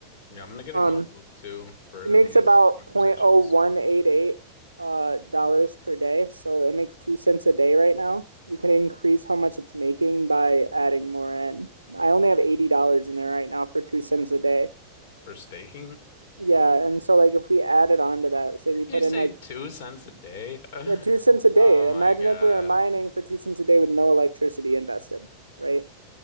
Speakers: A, on the left (about 50°); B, on the right (about 80°).
A: Yeah, I'm gonna get
B: Um,
A: a notebook too for
B: it makes
A: these
B: about
A: conversations.
B: zero point oh one eight eight uh dollars per day, so it makes two cents a day right now. We can increase how much it's making by adding more in. I only have eighty dollars in there right now for two cents a day.
A: For staking?
B: Yeah, and so like if we added on to that, say we put
A: You say
B: in like
A: two cents a day? <laughs>
B: yeah two cents a day.
A: Oh my
B: Imagine
A: God.
B: if we were mining for two cents a day with no electricity invested, right?